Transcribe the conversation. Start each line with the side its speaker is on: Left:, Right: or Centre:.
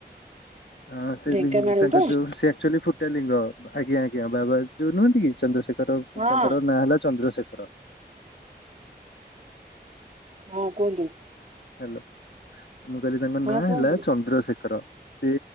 Left: ହଁ ସେ
Right: ଢେଙ୍କାନାଳ
Left: ଲିଙ୍ଗ୍ ତାଙ୍କ
Right: ତ
Left: ଯୋଉ ସେ ଆକ୍ଚୁଆଲି ଫୁଟା ଲିଙ୍ଗ। ଆଜ୍ଞା ଆଜ୍ଞା ବାବା ଯୋଉ ନୁହନ୍ତି କି ଚନ୍ଦ୍ରଶେଖର
Right: ହଁ
Left: ତାଙ୍କର ନାଁ ହେଲା ଚନ୍ଦ୍ରଶେଖର।
Right: ହଁ କୁହନ୍ତୁ।
Left: ହ୍ୟାଲୋ, ମୁଁ କହିଲି ତାଙ୍କ
Right: ହଁ
Left: ନାଁ
Right: କୁହନ୍ତୁ
Left: ହେଲା ଚନ୍ଦ୍ରଶେଖର। ସେ